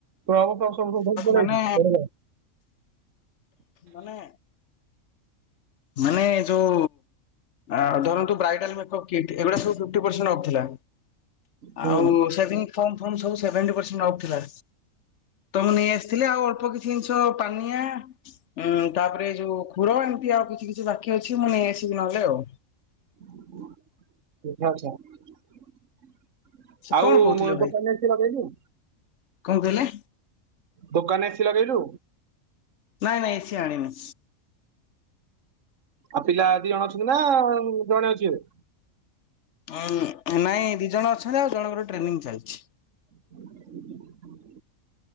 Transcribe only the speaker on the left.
ମାନେ
ମାନେ ମାନେ ଯୋଉ ଆ ଧରନ୍ତୁ ବ୍ରାଇଡାଲ୍ ମେକ୍ଅପ୍ କିଟ୍ ଏଗୁଡା ସବୁ ଫିଫ୍ଟି ପରସେଣ୍ଟ ଅଫ୍ ଥିଲା।
ଆଉ ସେଭିଙ୍ଗ ଫୋମ୍-ଫୋମ୍ ସବୁ ସିଭେଣ୍ଟି ପରସେଣ୍ଟ ଅଫ୍ ଥିଲା। ତ ମୁଁ ନେଇ ଆସିଥିଲି ଆଉ ଅଳ୍ପ କିଛି ଜିନିଷ ପାନିଆ, ଉଁ ତାପରେ ଯୋଉ ଖୁର ଏ ଏମ୍ତି ଆଉ କିଛି-କିଛି ବାକି ଅଛି ମୁଁ ନେଇଆସିବି ନହେଲେ ଆଉ।
ସିଏ
କଣ କହୁଥିଲେ
ଭାଇ,
କଣ କହିଲେ?
ନାଇଁ-ନାଇଁ ଏସି ଆଣିନି।
ହଁ ନାଇଁ ଦି ଜଣ ଅଛନ୍ତି, ଆଉ ଜଣଙ୍କର ଟ୍ରେନିଂ ଚାଲିଛି।